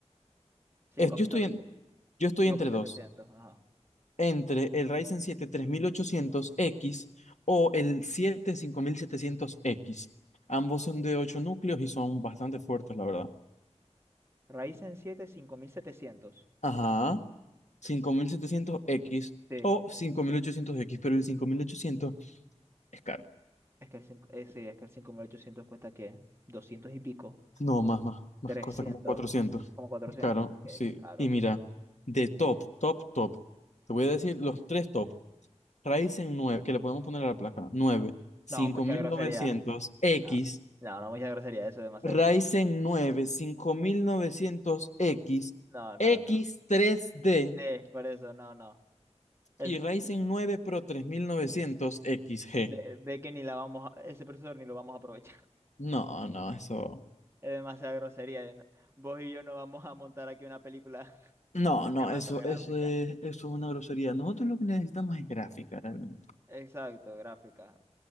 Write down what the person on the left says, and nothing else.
Es- yo
estoy
en- yo estoy
entre
dos,
entre el Ryzen siete tres mil ochocientos x o el siete cinco mil setecientos x Ambos son de 8 núcleos y son bastante fuertes, la verdad.
Ajá. cinco mil setecientos x
o cinco
mil ochocientos x pero el cinco mil ochocientos es caro.
No, más, más, más
cuesta como cuatrocientos
Es caro,
sí.
Y mira, de top, top, top. Te voy a decir los tres top. Ryzen nueve que le podemos poner a la placa, nueve cinco
mil
novecientos x
Ryzen
nueve cinco mil novecientos x
x
tres d
y Ryzen nueve Pro 3900XG.
No, no, eso.
No, no,
eso, eso es, eso es una grosería. Nosotros lo que necesitamos es gráfica, realmente.